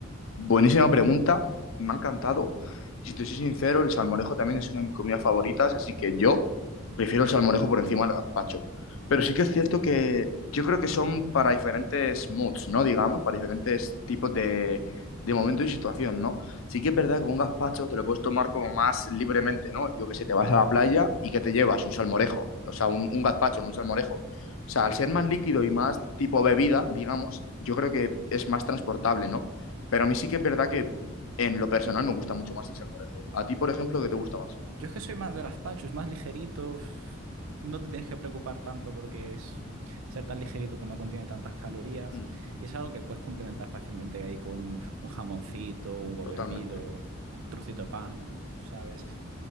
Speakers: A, on the left; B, on the right.
A: Buenísima pregunta, me ha encantado. Si te soy sincero, el salmorejo también es una de mis comidas favoritas, así que yo prefiero el salmorejo por encima del gazpacho. Pero sí que es cierto que yo creo que son para diferentes moods, ¿no? Digamos, para diferentes tipos de, de momento y situación, ¿no? Sí que es verdad que un gazpacho te lo puedes tomar como más libremente, ¿no? Yo que sé, te vas a la playa y que te llevas un salmorejo, o sea, un, un gazpacho, no un salmorejo. O sea, al ser más líquido y más tipo bebida, digamos, yo creo que es más transportable, ¿no? Pero a mí sí que es verdad que en lo personal me gusta mucho más el salmorejo. A ti, por ejemplo, ¿qué te gusta más?
B: Yo es que soy más de gazpacho, es más ligerito. f- No te tienes que preocupar tanto porque es ser tan ligerito, pues no contiene tantas calorías.
A: Mm,
B: Y es algo que puedes complementar fácilmente ahí con un jamoncito, un huevo
A: totalmente.
B: hervido, un trocito de pan, tú ¿sabes?